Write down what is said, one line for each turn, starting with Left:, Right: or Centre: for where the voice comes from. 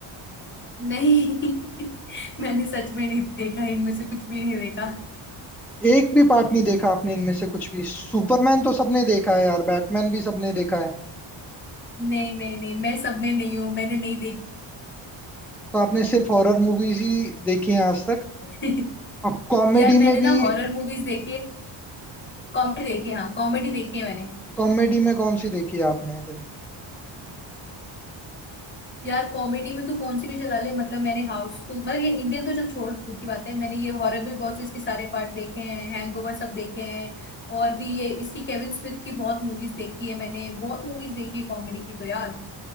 Left: नहीं <laughs> मैंने सच में नहीं देखा इनमें से कुछ भी नहीं देखा
Centre: एक भी पार्ट नहीं देखा आपने इनमें से कुछ भी सुपरमैन तो सबने देखा है यार बैटमैन भी सबने देखा है
Left: नहीं नहीं नहीं मैं सब में नहीं हूँ मैंने नहीं
Centre: तो आपने सिर्फ हॉरर मूवीज ही देखी हैं आज तक
Left: देखी <laughs>
Centre: अब कॉमेडी
Left: यार मैंने
Centre: में भी
Left: ना हॉरर मूवीज देखी है कॉमेडी देखी है, हाँ कॉमेडी देखी है मैंने
Centre: कॉमेडी में कौन सी देखी है आपने दिन
Left: यार कॉमेडी में तो कौन सी भी चला ले मतलब मैंने हाउसफुल मतलब ये इंडियन तो चल छोड़ दूर की बात है मैंने ये हॉरर भी बहुत से इसके सारे पार्ट देखे हैं हैंगओवर सब देखे हैं और भी ये इसकी केविन स्मिथ की बहुत मूवीज देखी है मैंने बहुत मूवीज देखी है कॉमेडी की तो यार